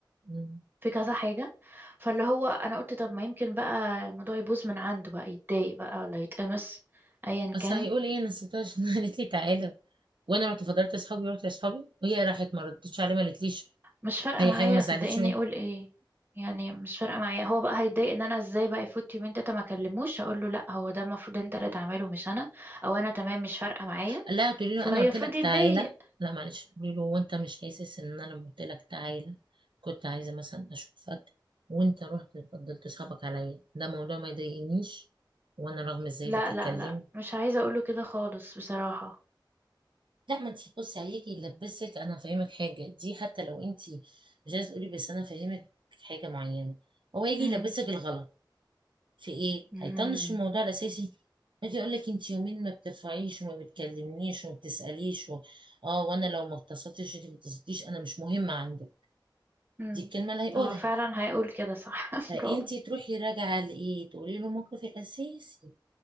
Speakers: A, on the right; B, on the right.
A: مم.
B: في كذا حاجه فاللي هو انا قلت طب ما يمكن بقى الموضوع يبوظ من عنده بقى يتضايق بقى ولا يتقمص ايا
A: بس
B: كان
A: هيقول ايه انا نسيتها عشان <laughs> قالت لي تعالى وانا رحت فضلت اصحابي ورحت لاصحابي وهي راحت ما ردتش عليه ما قالتليش
B: مش فارقة
A: اي
B: معايا
A: حاجه ما زعلتش
B: صدقيني
A: مني.
B: يقول ايه يعني مش فارقة معايا هو بقى هيتضايق ان انا ازاي بقى يفوت يومين تلاته ما اكلموش اقول له لا هو ده المفروض انت اللي تعمله مش انا او انا تمام مش فارقة معايا
A: لا تقولي له
B: فيفرض
A: انا قلت لك
B: يتضايق
A: تعالى لا معلش تقولي له وانت مش حاسس ان انا لما قلت لك تعالى كنت عايزه مثلا اشوفك وانت رحت فضلت صحابك عليا ده موضوع ما يضايقنيش وانا رغم ذلك
B: لا
A: اتكلمت
B: لا لا مش عايزة اقوله كده خالص بصراحة
A: لا ما انت بصي عليكي لبسك انا فاهمك حاجه دي حتى لو انت مش عايزه تقولي بس انا فاهمك حاجه معينه هو يجي
B: امم
A: يلبسك الغلط في ايه
B: امم
A: هيطنش الموضوع الاساسي يجي يقول لك انت يومين ما بترفعيش وما بتكلمنيش وما بتساليش و... اه وانا لو ما اتصلتش انت ما اتصلتيش انا مش مهمه عنده
B: امم
A: دي الكلمه اللي هيقولها
B: هو فعلا هيقول كده صح <laughs>
A: فانت
B: برافو
A: تروحي راجعه لايه تقولي له موقف الاساسي